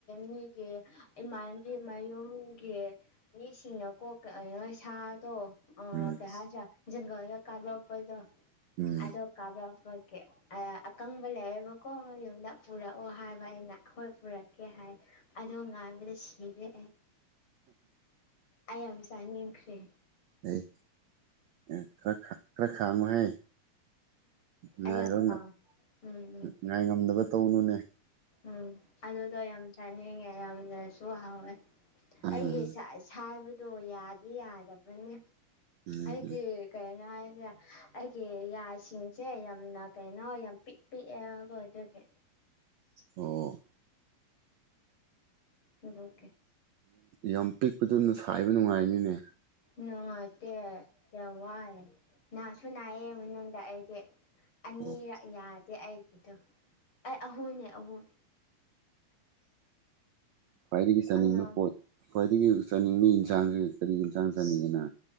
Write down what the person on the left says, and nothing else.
ꯃꯤꯒꯤ ꯏꯃꯥꯟꯕꯤ ꯃꯌꯨꯝꯒꯤ ꯃꯤꯁꯤꯡꯅꯀꯣ ꯁꯥꯗꯣ ꯑꯣ
ꯀꯩ ꯍꯥꯏꯁꯤꯔꯥ ꯖꯪꯒꯜꯗ ꯀꯥꯞꯂꯛꯄꯗꯣ
ꯑꯗꯣ ꯀꯥꯞꯔꯛꯄꯒꯤ ꯑꯀꯪꯕ ꯂꯩꯌꯦꯕꯀꯣ ꯃꯣꯏ ꯌꯨꯝꯗ ꯄꯨꯔꯛꯑꯣ ꯍꯥꯏꯕ ꯑꯩꯅ ꯍꯣꯏ ꯄꯨꯔꯛꯀꯦ ꯍꯥꯏ ꯑꯗꯣ ꯉꯥꯏꯕꯗ ꯁꯤꯔꯦ ꯑꯩ ꯌꯥꯝ ꯆꯥꯅꯤꯡꯈꯔꯦ
ꯑꯩ ꯌꯥꯝ ꯄꯥꯝ ꯎꯝ
ꯎꯝ ꯑꯗꯨꯗꯣ ꯌꯥꯝ ꯆꯥꯅꯤꯡꯉꯦ ꯌꯥꯝꯅꯁꯨ ꯍꯥꯎꯋꯦ
ꯑꯩꯒꯤ ꯁꯥꯏꯕꯗꯣ ꯌꯥꯗꯤ ꯌꯥꯗꯕꯅꯦ
ꯑꯩꯒꯤ
ꯀꯩꯅꯣ ꯍꯥꯏꯁꯤꯔꯥ ꯑꯩꯒꯤ ꯌꯥꯁꯤꯡꯁꯦ ꯌꯥꯝꯅ ꯀꯩꯅꯣ ꯌꯥꯝ ꯄꯤꯛ ꯄꯤꯛꯑꯦꯕꯥꯀꯣ ꯑꯗꯨꯒꯤ
ꯑꯗꯨꯒꯤ
ꯅꯨꯉꯥꯏꯇꯦ ꯌꯥꯝꯋꯥꯏ ꯅꯥꯁꯨ ꯅꯥꯏꯌꯦ ꯃꯅꯨꯡꯗ ꯑꯩꯗꯤ ꯑꯅꯤ
ꯌꯥꯗꯦ ꯑꯩꯒꯤꯗꯣ ꯑꯩ ꯑꯍꯨꯝꯅꯦ ꯑꯍꯨꯝ
ꯑꯉꯥꯡ